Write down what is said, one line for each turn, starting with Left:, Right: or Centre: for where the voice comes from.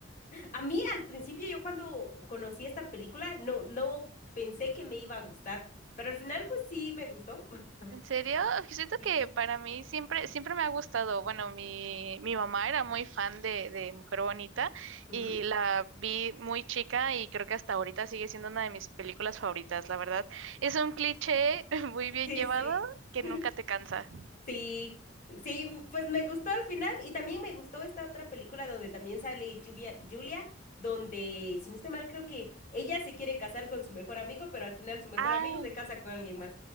Left: A mí al principio yo cuando conocí esta película no, no pensé que me iba a gustar, pero al final pues sí me gustó. <laughs>
Right: ¿En serio? Siento
Left: Sí.
Right: que para mí siempre, siempre me ha gustado. Bueno, mi, mi mamá era muy fan de, de Mujer Bonita
Left: Ujú.
Right: y la vi muy chica y creo que hasta ahorita sigue siendo una de mis películas favoritas, la verdad. Es un cliché <laughs> muy bien
Left: Sí,
Right: llevado
Left: sí.
Right: que
Left: <laughs>
Right: nunca te cansa.
Left: Sí, sí, pues me gustó al final y también me gustó esta otra película donde también sale Julia, Julia, donde, si no estoy mal, creo que ella se quiere casar con su mejor amigo, pero al final su mejor
Right: Ah,
Left: amigo se casa con alguien más.